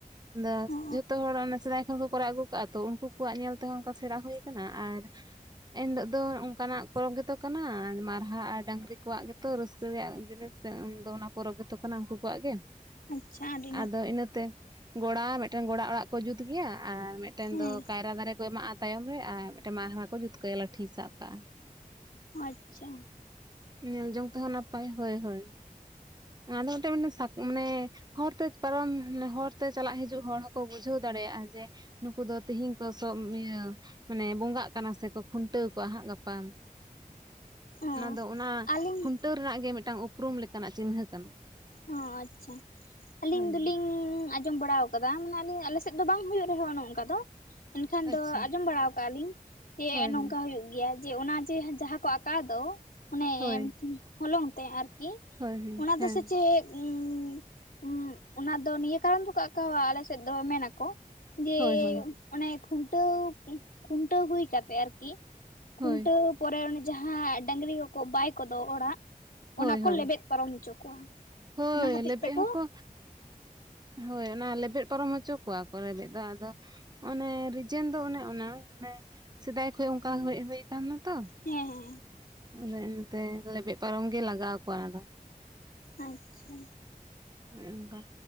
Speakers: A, on the right; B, on the left.
A: ᱟᱫᱚ
B: ᱚ
A: ᱡᱷᱚᱛᱚ ᱦᱚᱲᱟᱜ ᱢᱟᱥᱮ ᱦᱚᱸ ᱠᱚ ᱠᱚᱨᱟᱣ ᱟᱹᱜᱩ ᱠᱟᱜᱼᱟ ᱛᱚ ᱩᱱᱠᱩ ᱠᱚᱣᱟᱜ ᱧᱮᱞ ᱛᱮᱦᱚᱸ ᱚᱱᱠᱟ ᱥᱮᱬᱟ ᱦᱩᱭ ᱟᱠᱟᱱᱟ ᱟᱨ ᱮᱱᱦᱤᱞᱚᱜ ᱫᱚ ᱚᱱᱠᱟ ᱱᱟᱜ ᱯᱚᱨᱚᱵᱽ ᱜᱮᱛᱚ ᱠᱟᱱᱟ, ᱢᱟᱨᱦᱟ ᱟᱨ ᱰᱟᱝᱨᱤ ᱠᱚᱣᱟᱜ ᱜᱮᱛᱚ ᱨᱟᱹᱥᱠᱟᱹ ᱨᱮᱭᱟᱜ ᱡᱤᱱᱤᱥ ᱾ <unintelligible> ᱩᱱᱫᱚ ᱚᱱᱟ ᱯᱚᱨᱚᱵᱽ ᱜᱮᱛᱚ ᱠᱟᱱᱟ ᱩᱱᱠᱩ ᱠᱚᱣᱟᱜ ᱜᱮ ᱾
B: ᱟᱪᱪᱷᱟ <unintelligible>
A: ᱟᱫᱚ ᱤᱱᱟᱹᱛᱮ ᱜᱚᱲᱟ ᱢᱤᱫᱴᱮᱱ ᱜᱚᱲᱟ ᱚᱲᱟᱜ ᱠᱚ ᱡᱩᱛ ᱜᱮᱭᱟ ᱟᱨ ᱢᱤᱫᱴᱮᱱ
B: ᱦᱮᱸ
A: ᱫᱚ ᱠᱟᱭᱨᱟ ᱫᱟᱨᱮ ᱠᱚ ᱮᱢᱟᱜᱼᱟ ᱛᱟᱭᱚᱢ ᱨᱮ ᱟᱨ ᱢᱤᱫᱴᱮᱱ ᱢᱟ ᱠᱚ ᱡᱩᱛᱠᱟᱭᱟ ᱞᱟᱹᱴᱷᱤᱭ ᱥᱟᱵ ᱠᱟᱜᱼᱟ
B: ᱟᱪᱪᱷᱟ
A: ᱧᱮᱞ ᱡᱚᱝ ᱛᱮᱦᱚᱸ ᱱᱟᱯᱟᱭ ᱦᱳᱭ ᱦᱳᱭ ᱟᱫᱚ <inaudible> ᱥᱟ ᱢᱟᱱᱮ ᱦᱚᱨ ᱛᱮ ᱯᱟᱨᱚᱢ ᱦᱚᱨᱛᱮ ᱪᱟᱞᱟᱜ ᱦᱤᱡᱩᱜ ᱦᱚᱲ ᱦᱚᱸᱠᱚ ᱵᱩᱡᱷᱟᱹᱣ ᱫᱟᱲᱮᱭᱟᱜᱼᱟ ᱡᱮ ᱱᱩᱠᱩ ᱫᱚ ᱛᱤᱦᱤᱧ ᱠᱚ ᱤᱭᱟᱹ ᱢᱟᱱᱮ ᱵᱚᱸᱜᱟᱜ ᱠᱟᱱᱟ ᱥᱮᱠᱚ ᱠᱷᱩᱱᱴᱟᱹᱣ ᱠᱚᱜᱣᱟ ᱦᱟᱸᱜ ᱜᱟᱯᱟ
B: ᱚ
A: ᱚᱱᱟᱫᱚ ᱚᱱᱟ
B: ᱟᱹᱞᱤᱧ
A: ᱠᱷᱩᱱᱴᱟᱹᱣ ᱨᱮᱱᱟᱜ ᱜᱮ ᱢᱤᱫᱴᱟᱝ ᱩᱯᱨᱩᱢ ᱞᱮᱠᱟᱱᱟᱜ ᱪᱤᱱᱦᱟᱹ ᱠᱟᱱᱟ
B: ᱚ ᱟᱪᱪᱷᱟ ᱟᱹᱞᱤᱧ
A: ᱦᱳᱭ
B: ᱫᱚᱞᱤᱧ
A: ᱦᱳᱭ
B: ᱡᱚᱢ ᱵᱟᱲᱟ ᱟᱠᱟᱫᱟ ᱢᱟᱱᱮ ᱟᱞᱮ ᱥᱮᱫ ᱫᱚ ᱵᱟᱝ ᱦᱩᱭᱩᱜ ᱨᱮᱦᱚᱸ ᱚᱱᱮ ᱚᱱᱠᱟ ᱫᱚ ᱮᱱᱠᱷᱟᱱ
A: ᱟᱪᱪᱷᱟ
B: ᱫᱚ ᱟᱸᱡᱚᱢ ᱵᱟᱲᱟ ᱟᱠᱟᱜᱼᱟ ᱞᱤᱧ ᱡᱮ
A: ᱦᱳᱭ
B: ᱱᱚᱝᱠᱟ
A: ᱦᱳᱭ
B: ᱦᱩᱭᱩᱜ ᱜᱮᱭᱟ ᱡᱮ ᱚᱱᱟ ᱡᱮ ᱡᱟᱦᱟᱸ ᱠᱚ ᱟᱠᱟᱸᱣ ᱫᱚ ᱚᱱᱮ
A: ᱦᱳᱭ
B: ᱦᱚᱞᱚᱝ ᱛᱮ ᱟᱨᱠᱤ
A: ᱦᱳᱭ ᱦᱳᱭ
B: ᱚᱱᱟ
A: ᱦᱮᱸ
B: ᱫᱚ ᱥᱮ ᱩ ᱚᱱᱟ ᱫᱚ ᱱᱤᱭᱟᱹ ᱠᱟᱨᱚᱱ ᱫᱚ ᱟᱠᱟᱣᱟ ᱟᱞᱮᱥᱮᱫ ᱫᱚ ᱢᱮᱱᱟᱠᱚ ᱡᱮ
A: ᱦᱳᱭ ᱦᱳᱭ
B: ᱚᱱᱮ ᱠᱷᱩᱱᱴᱟᱹᱣ ᱠᱷᱩᱱᱴᱟᱹᱣ ᱦᱩᱭ ᱠᱟᱛᱮ ᱟᱨᱠᱤ ᱠᱷᱩᱱᱴᱟᱹᱣ
A: ᱦᱳᱭ
B: ᱯᱚᱨᱮ ᱚᱱᱮ ᱡᱟᱦᱟᱸ ᱰᱟᱝᱨᱤ ᱠᱚᱠᱚ ᱵᱟᱭ ᱠᱚᱫᱚ ᱚᱲᱟᱜ ᱚᱱᱟ
A: ᱦᱳᱭ
B: ᱠᱚ
A: ᱦᱳᱭ
B: ᱞᱮᱵᱮᱫ ᱯᱟᱨᱚᱢ ᱚᱪᱚ ᱠᱚᱣᱟ
A: ᱦᱳᱭ
B: ᱚᱱᱟ ᱦᱚᱛᱮᱡ
A: ᱞᱮᱵᱮᱫ
B: ᱛᱮᱠᱚ
A: ᱦᱚᱸᱠᱚ ᱦᱳᱭ ᱚᱱᱟ ᱞᱮᱵᱮᱫ ᱯᱟᱨᱚᱢ ᱦᱚᱪᱚ ᱠᱚᱣᱟ ᱠᱚ ᱞᱮᱵᱮᱫ ᱫᱚ ᱟᱫᱚ ᱚᱱᱮ ᱨᱤᱡᱮᱱ ᱫᱚ ᱚᱱᱮ ᱚᱱᱟ ᱦᱮ ᱥᱮᱫᱟᱭ ᱠᱷᱚᱱ ᱚᱱᱠᱟ ᱦᱮᱡ ᱦᱩᱭ ᱠᱟᱱᱟᱛᱚ
B: ᱦᱮᱸ ᱦᱮᱸ
A: ᱟᱫᱚ ᱮᱱᱛᱮ ᱞᱮᱵᱮᱫ ᱯᱟᱨᱚᱢ ᱜᱮ ᱞᱟᱜᱟᱣᱠᱚᱣᱟ ᱚᱱᱟ ᱫᱚ
B: ᱟᱪᱷᱟ
A: ᱚᱱ ᱚᱱᱠᱟ